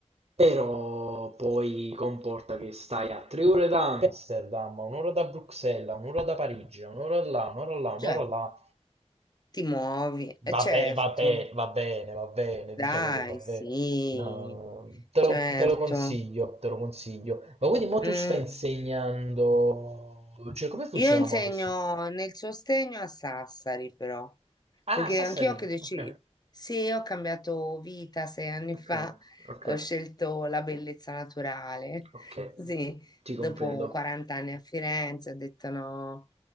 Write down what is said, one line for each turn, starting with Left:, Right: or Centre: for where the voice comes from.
Right: Però poi comporta che stai a tre ore da è Amsterdam. Amsterdam, un'ora da Bruxelles, un'ora da Parigi, un'ora là, un'ora là, un'ora
Left: cioè,
Right: là,
Left: Ti muovi, eh,
Right: va
Left: certo,
Right: bene, va bene, va bene, va bene, diciamo
Left: dai,
Right: che va bene,
Left: sì,
Right: No, te
Left: certo.
Right: lo, te lo consiglio, te lo consiglio. Ma quindi mo tu
Left: Mm.
Right: stai insegnando, cioè come funziona
Left: Io insegno
Right: mo adesso?
Left: nel sostegno a Sassari, però,
Right: Ah,
Left: perché
Right: Sassari,
Left: anch'io che deciso,
Right: ok.
Left: sì, ho cambiato vita sei anni
Right: Ok,
Left: fa,
Right: ok,
Left: ho scelto la bellezza naturale,
Right: ok,
Left: <laughs> sì,
Right: ti
Left: dopo
Right: comprendo.
Left: 40 anni a Firenze ho detto no,